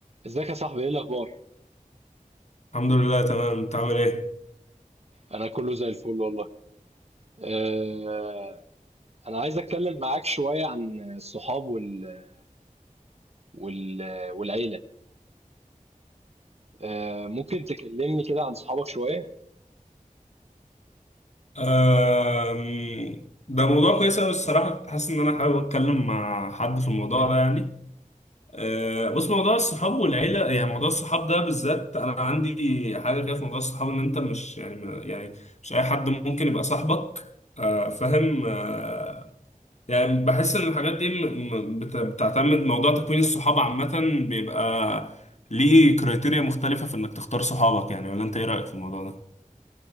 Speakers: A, on the right; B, on the left.
A: ازيك يا صاحبي ايه الاخبار
B: الحمد لله تمام انت عامل ايه؟
A: انا كله زي الفل والله أه انا عايز اتكلم معاك شويه عن الصحاب وال... وال... والعيله أه ممكن تكلمني كده عن صحابك شويه
B: أم، ده موضوع كويس قوي الصراحه كنت حاسس ان انا حابب اتكلم مع حد في الموضوع ده يعني أه، بص موضوع الصحاب والعيله يعني موضوع الصحاب ده بالذات انا عندي حاجه كده في موضوع الصحاب ان انت مش يعني يعني مش اي حد ممكن يبقى صاحبك أه، فاهم أه، يعني بحس ان الحاجات دي م- م- بت- بتعتمد موضوع تكوين الصحاب عامه بيبقى ليه كريتيريا مختلفه في انك تختار صحابك يعني ولا انت ايه رايك في الموضوع ده؟